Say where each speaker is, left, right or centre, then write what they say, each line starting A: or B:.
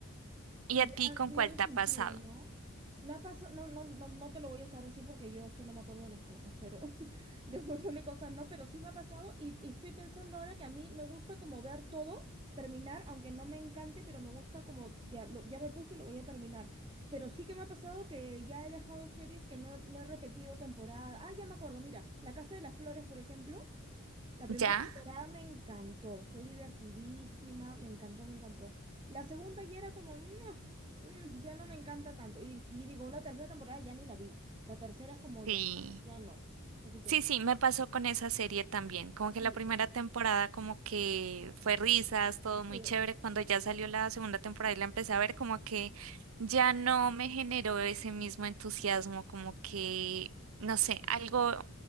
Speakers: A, on the right (about 70°); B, on the right (about 25°).
A: ¿Y
B: Y
A: a ti
B: ya
A: con
B: pierde
A: cuál te
B: sentido,
A: ha pasado?
B: ¿no? Me ha pasado, no, no, no, no te lo voy a hacer así porque yo es que no me acuerdo de las cosas, pero <laughs> de un montón de cosas no, pero sí me ha pasado y, y estoy pensando ahora que a mí me gusta como ver todo, terminar, aunque no me encante, pero me gusta como ya, lo, ya me puse, lo voy a terminar. Pero sí que me ha pasado que ya he dejado series que no he, no he repetido temporada. Ah, ya me acuerdo, mira, La Casa de las Flores, por ejemplo. La primera
A: ¿Ya?
B: temporada me encantó, fue divertidísima, me encantó, me encantó. La segunda ya era como, "Mua, mm, ya no me encanta tanto. Y, y digo, una tercera temporada ya ni la vi. La tercera es como,
A: Sí.
B: ya, no, ya no, suficiente.
A: Sí, sí, me pasó con esa serie también, como
B: Sí,
A: que la primera temporada como que fue risas, todo muy
B: sí,
A: chévere, cuando ya salió la segunda temporada y la empecé a ver como que ya no me generó ese mismo entusiasmo, como que, no sé, algo,